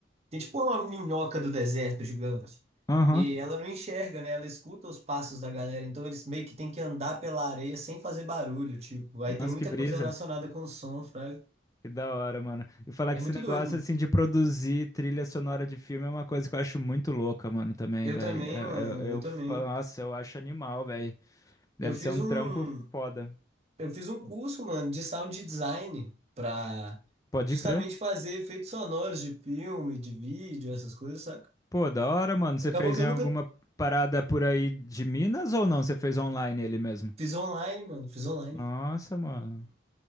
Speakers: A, on the right (about 35°); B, on the left (about 20°).
A: tem tipo uma minhoca do deserto gigante.
B: Aham.
A: E ela não enxerga, né? Ela escuta os passos da galera. Então eles meio que tem que andar pela areia sem fazer barulho, tipo. Aí tem
B: Nossa,
A: muita
B: que brisa.
A: coisa relacionada com o som, fraga.
B: Que da hora, mano. E falar
A: É
B: que esse
A: muito
B: negócio,
A: doido, mano.
B: assim, de produzir trilha sonora de filme é uma coisa que eu acho muito louca, mano, também,
A: Eu
B: velho.
A: também,
B: Eu,
A: mano.
B: eu,
A: Eu
B: eu
A: também.
B: falo, nossa, eu acho animal, velho. Deve
A: Eu fiz
B: ser um
A: um,
B: trampo foda.
A: eu fiz um curso, mano, de sound design pra
B: Pode
A: justamente
B: crer.
A: fazer efeitos sonoros de filme, de vídeo, essas coisas, saca?
B: Pô, da hora, mano. Você
A: Acabou
B: fez
A: que
B: em
A: eu
B: alguma
A: nunca
B: parada por aí de Minas ou não? Você fez online ele mesmo?
A: fiz online, mano. Fiz online.
B: Nossa, mano.